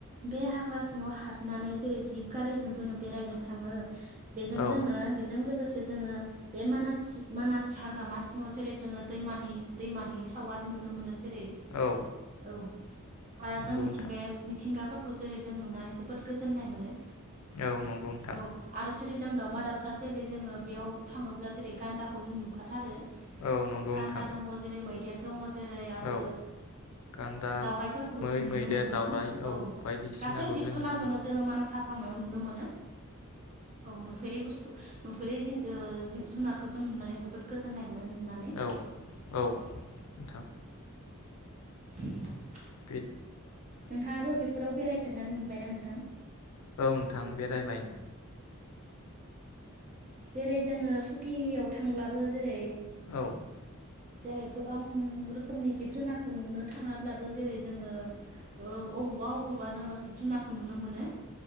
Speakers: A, on the right; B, on the left.
A: बे हाग्रा सिङाव हाबनानै जेरै जिब गारिजों जोंङो बेरायनो थाङो बेजों
B: औ
A: जोंङो बेजों लोगोसे जोंङो बे मानास-मानास हाग्रामा सिङाव जेरै जोंङो दैमान- दैमानि सावगारि नुनो मोनो जेरै
B: औ
A: औ आरो
B: नंगौ
A: जों मिथिंगाया-मिथिंगाफोर
B: नोंथां
A: खौ जेरै जों नुनानै जोबोद गोजोननाय मोनो।
B: औ नंगौ नोंथां
A: औ आरो जेरै जों दाउमा दाउसा जेरै जोंङो बेयाव थाङोब्ला जेरै गान्दाखौ जों नुखाथारो।
B: औ नंगौ
A: गान्दा
B: नोंथां
A: दंङ जेरै मै देर दंङ जेरै आरो
B: औ गान्दा
A: दाउराइफोरखौबो
B: मै
A: जों नुनो
B: मैदेर
A: मोनबोदों
B: दावराइ
A: औ
B: बायदिसिनाखौ
A: गासै जिब
B: जोङो
A: जुनारखौनो
B: नुबोयो
A: जोंङो मानास हा ग्रामायाव नुनो मोनो। औ नुफेरै ब नुफेरै जिब जुनारखौ जों नुनानै जोबोद गोजोननाय मोनो नुनानै।
B: औ औ नोंथां
A: <inaudible>
B: बे
A: नोंथाङाबो बेफोराव बेरायफेरनानै मोनबायना नोंथां?
B: औ नोंथां बेरायबाय
A: जेरै जोङो सकियाव थांब्लाबो जेरै
B: औ
A: जेरै गोबां रोखोमनि जिब जुनारखौ नुनो थाङाब्लाबो जेरै जोङो ओ अबावबा अबावबा जोङो जिब जुनारखौ नुनो मोनो।